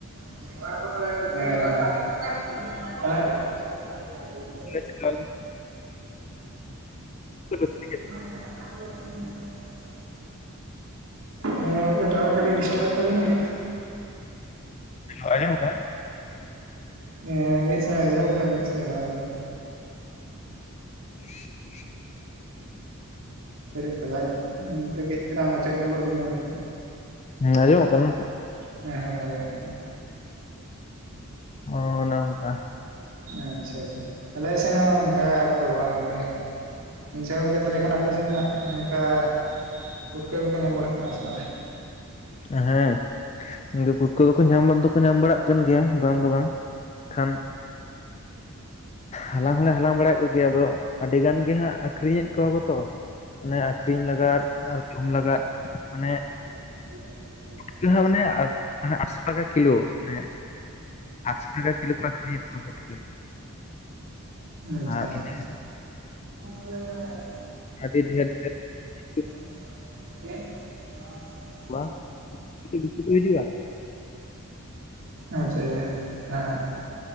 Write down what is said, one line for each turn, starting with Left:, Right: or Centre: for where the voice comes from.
Right: <unintelligible>
Left: <unintelligible> <unintelligible>
Right: <inaudible> ᱦᱮᱸ ᱜᱚᱝᱠᱮ ᱴᱟᱣᱟᱨ ᱠᱟᱹᱴᱤᱡ ᱰᱤᱥᱴᱟᱵᱮᱫ ᱛᱟᱹᱵᱤᱱᱟᱭ᱾ <inaudible>
Left: ᱦᱚᱭ ᱟᱧᱡᱚᱢᱚᱜ ᱠᱟᱱᱟ?
Right: ᱦᱮᱸ ᱢᱤᱫ ᱥᱚᱢᱚᱭ ᱟᱧᱡᱚᱢᱚᱜ ᱠᱟᱱᱟ ᱢᱤᱫ ᱥᱚᱢᱚᱭ ᱵᱟᱝ ᱟᱧᱡᱚᱢᱚᱜᱼᱼ
Left: <inaudible>
Right: ᱟᱹᱰᱤ ᱛᱟᱡᱟ ᱧᱚᱜ ᱩᱸᱻ ᱠᱟᱹᱡᱽ ᱛᱮᱞᱟᱝ ᱚᱪᱚᱜ ᱧᱚᱜᱚᱜ ᱵᱤᱱ ᱚᱸᱰᱮ ᱠᱷᱚᱱᱼᱼ
Left: ᱦᱮᱸ ᱟᱧᱡᱚᱢᱚᱜ ᱠᱟᱱᱟ ᱱᱤᱛᱚᱜ?
Right: ᱦᱮᱸ ᱦᱮᱸ ᱟᱸᱡᱚᱢᱚᱜ ᱠᱟᱱᱟ᱾
Left: ᱚᱻ ᱱᱚᱝᱠᱟ᱾
Right: ᱟᱪᱪᱷᱟ ᱟᱪᱪᱷᱟ ᱟᱞᱮ ᱥᱮᱱ ᱦᱚᱸ ᱚᱱᱠᱟ ᱫᱚ ᱵᱟᱝ ᱜᱮ᱾ ᱟᱪᱷᱟ ᱜᱚᱝᱠᱮ ᱛᱟᱦᱟᱞᱮ ᱠᱷᱟᱱ ᱟᱯᱮ ᱥᱮᱱ ᱱᱟᱜ ᱚᱱᱠᱟ ᱯᱩᱴᱠᱟᱹ ᱠᱚᱯᱮ ᱧᱟᱢ ᱵᱟᱲᱟᱜ ᱠᱟᱱᱟ ᱥᱮ ᱵᱟᱝ?
Left: ᱦᱮᱸ᱾ ᱜᱮ ᱯᱩᱴᱠᱟᱹ ᱫᱚᱠᱚ ᱧᱟᱢ ᱵᱟ ᱫᱚᱠᱚ ᱧᱟᱢ ᱵᱟᱲᱟᱜ ᱠᱟᱱ ᱜᱮᱭᱟ ᱵᱟᱝ ᱫᱚ ᱵᱟᱝ ᱠᱷᱟᱱᱼᱼ ᱦᱟᱞᱟᱝ ᱦᱚᱞᱮ ᱦᱟᱞᱟᱝ ᱵᱟᱲᱟᱭᱮᱜ ᱠᱚ ᱜᱮᱭᱟ ᱟᱫᱚ ᱟᱹᱰᱤ ᱜᱟᱱ ᱜᱮ ᱦᱟᱸᱜ ᱟᱠᱷᱨᱤᱧᱮᱫ ᱠᱚᱣᱟ ᱠᱚᱛᱚᱼᱼ ᱢᱟᱱᱮ ᱟᱠᱷᱨᱤᱧ ᱞᱟᱜᱟᱫ ᱟᱨ ᱡᱚᱢ ᱞᱟᱜᱟᱫ ᱢᱟᱱᱮᱜᱼᱼ
Right: <unintelligible>
Left: ᱠᱤ‌ ᱦᱟᱸᱜ ᱢᱟᱱᱮ ᱟᱨ ᱢᱟᱱᱮ ᱟᱴᱥᱚ ᱴᱟᱠᱟ ᱠᱤᱞᱳ ᱱᱮᱜᱼᱼ ᱟᱴᱥᱚ ᱴᱟᱠᱟ ᱠᱤᱞᱳ ᱠᱚ ᱟᱠᱷᱨᱤᱧᱮᱫ ᱠᱚᱣᱟ ᱯᱩᱴᱠᱟᱹ᱾
Right: ᱟᱪᱪᱷᱟ
Left: ᱟᱨ
Right: ᱟᱪᱪᱷᱟ
Left: ᱤᱱᱟᱹ
Right: <inaudible>
Left: ᱟᱰᱤ ᱰᱷᱮᱨ ᱰᱷᱮᱨ ᱠᱩᱼᱼ
Right: <unintelligible>
Left: <unintelligible> ᱫᱤᱠᱩ ᱠᱩ ‌ᱦᱤᱩᱡᱩᱜ-ᱟ᱾
Right: ᱟᱪᱪᱷᱟ ᱟᱪᱷᱟ ᱦᱮᱸ᱾